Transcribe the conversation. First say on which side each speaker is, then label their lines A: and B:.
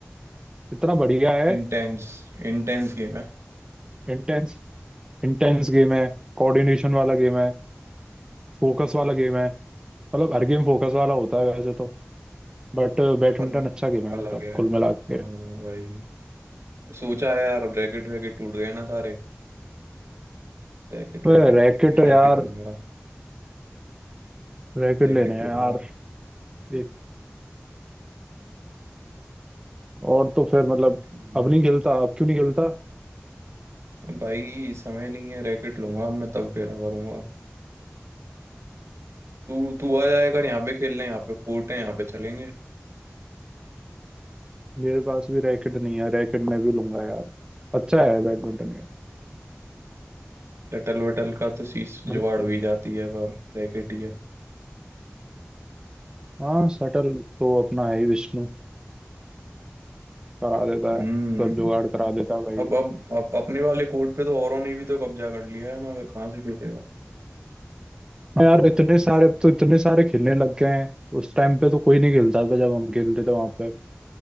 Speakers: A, on the right; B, on the right.
A: इतना बढ़िया है
B: इंटेंस इंटेंस गेम है
A: इंटेंस इंटेंस गेम है कोऑर्डिनेशन वाला गेम है फोकस वाला गेम है मतलब हर गेम फोकस वाला होता है वैसे तो बट बैडमिंटन
B: पर ये
A: अच्छा
B: तो
A: गेम है
B: अलग
A: मतलब
B: है
A: कुल
B: हाँ
A: मिला के
B: भाई सोचा है यार रैकेट वैकेट टूट गए ना सारे रैकेट
A: वह
B: वैकेट
A: रैकेट
B: टूट गए
A: यार
B: रैकेट लूंगा
A: रैकेट
B: रैकेट
A: लेने हैं
B: लूंगा
A: यार एक और तो फिर मतलब
B: रैकेट लेने
A: अब नहीं खेलता अब क्यों नहीं खेलता
B: अब भाई समय नहीं है रैकेट लूंगा अब मैं तब खेला करूंगा तू तू आ जाएगा यहाँ पे खेलने यहाँ पे कोर्ट है यहाँ पे चलेंगे
A: मेरे पास भी रैकेट नहीं है रैकेट मैं भी लूंगा यार अच्छा है बैडमिंटन गेम
B: शटल वटल का तो शीश जुगाड़
A: मतलब-
B: हुई जाती है पर रैकेट ही है
A: हाँ शटल तो अपना है ही विष्णु करा देता है
B: हम्म
A: सब जुगाड़ करा देता है भाई
B: अब अब अब अपने वाले कोर्ट पे तो औरों ने भी तो कब्जा कर लिया है ना फिर कहाँ से खेलेगा
A: हाँ यार इतने सारे अब तो इतने सारे खेलने लग गए हैं उस टाइम पे तो कोई नहीं खेलता था जब हम खेलते थे वहां पे